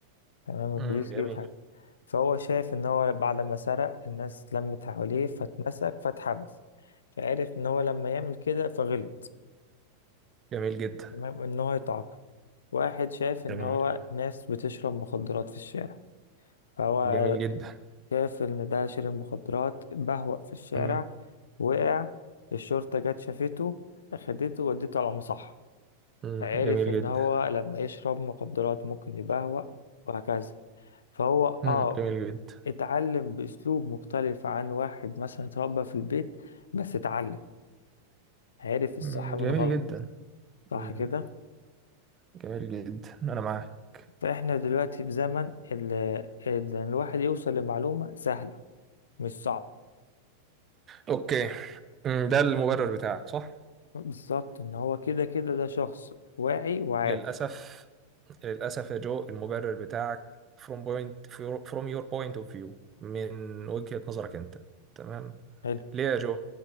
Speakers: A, on the left; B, on the right.
A: تمام البوليس
B: مم. جميل
A: جه واتحبس فهو شايف ان هو بعد ما سرق الناس لمت حواليه فاتمسك فاتحبس فعرف ان هو لما يعمل كده فغلط
B: جميل جدا
A: تمام ان هو يتعاقب واحد شايف ان
B: جميل
A: هو ناس بتشرب مخدرات في الشارع فهو
B: جميل
A: شايف ان ده شرب مخدرات بهوأ في الشارع
B: جدا
A: وقع الشرطة جت شافته اخدته وديته على مصحة
B: مم،
A: فعرف
B: جميل
A: ان
B: جدا
A: هو لما يشرب مخدرات ممكن يبهوأ وهكذا فهو اه
B: مم، جميل جدا
A: اتعلم بأسلوب مختلف عن واحد مثلا اتربى في البيت بس اتعلم عرف الصح
B: مم،
A: من
B: جميل
A: غلط
B: جدا
A: صح
B: مم،
A: كده
B: جميل جدا انا معاك
A: فاحنا دلوقتي في زمن ال- ال- ان الواحد يوصل لمعلومة سهلة مش صعب
B: اوكي مم، ده المبرر بتاعك صح
A: بالظبط ان هو كده كده ده شخص واعي وعارف
B: للاسف للاسف يا جو المبرر بتاعك from point from your point of view من وجهة نظرك انت تمام
A: حلو
B: ليه يا جو